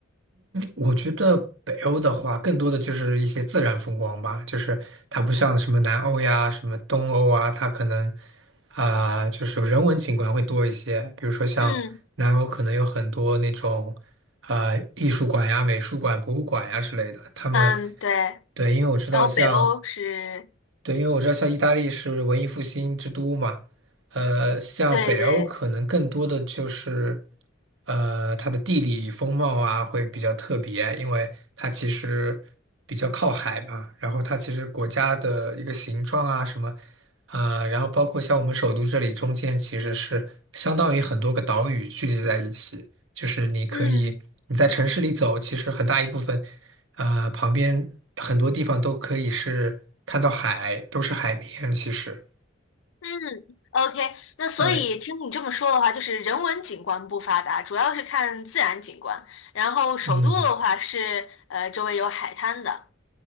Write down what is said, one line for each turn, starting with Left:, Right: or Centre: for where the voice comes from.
Right: 我觉得北欧的话，更多的就是一些自然风光吧，就是它不像什么南欧呀、什么东欧啊，它可能啊、就是人文景观会多一些。比如说像南欧，
Left: 嗯
Right: 可能有很多那种啊、艺术馆呀、美术馆、博物馆呀之类的。他们
Left: 嗯，对，
Right: 对，因为我知道像
Left: 然后北欧是，
Right: 对，因为我知道像意大利是文艺复兴之都嘛，呃，像北欧可能更多的就是，
Left: 对对，
Right: 呃，它的地理风貌啊会比较特别，因为它其实比较靠海嘛，然后它其实国家的一个形状啊什么，啊、然后包括像我们首都这里中间其实是相当于很多个岛屿聚集在一起，就是你可以你在城市里走，
Left: 嗯
Right: 其实很大一部分。啊，旁边很多地方都可以是看到海，都是海边。其实，
Left: 嗯，OK，那所以听你这么说的话，
Right: 对，
Left: 就是人文景观不发达，主要是看自然景观，然后首都的话是呃周围有海滩的，
Right: 嗯，